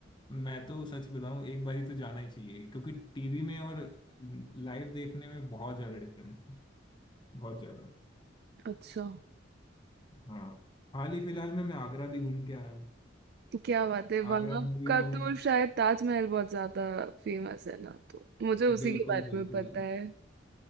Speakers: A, on the left (about 25°); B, on the right (about 55°).
A: मैं तो सच बताऊं एक बारी तो जाना ही चाहिए क्योंकि टीवी में और लाइव देखने में बहुत ज्यादा डिफरेंस है बहुत ज्यादा
B: अच्छा
A: हाँ हाल ही फिलहाल में मैं आगरा भी घूम के आया हूँ
B: तो क्या बात है वहां
A: आगरा में भी
B: का
A: मैंने
B: तो शायद ताजमहल बहुत ज्यादा फेमस है ना तो मुझे उसी
A: बिल्कुल
B: के बारे
A: बिल्कुल
B: में पता है